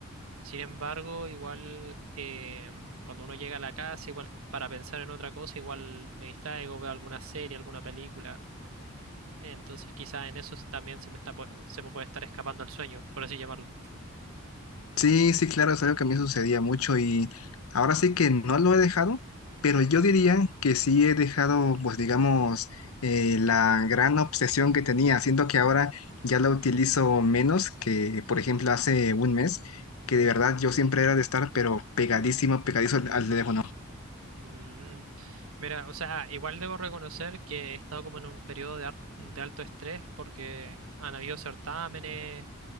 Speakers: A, on the right; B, on the left.
A: Sin embargo, igual eh, cuando uno llega a la casa, igual para pensar en otra cosa, igual me distraigo, veo alguna serie, alguna película. Entonces quizás en eso también se me está, pu- se me puede estar escapando el sueño, por así llamarlo.
B: Sí, sí, claro, es algo que a mí sucedía mucho y ahora sí que no lo he dejado, pero yo diría que sí he dejado, pues digamos, eh, la gran obsesión que tenía. Siento que ahora ya la utilizo menos que, por ejemplo, hace un mes, que de verdad yo siempre era de estar, pero pegadísimo, pegadizo al al teléfono.
A: Mm, Mira, o sea, igual debo reconocer que he estado como en un periodo de, ar- de alto estrés porque han habido certámenes,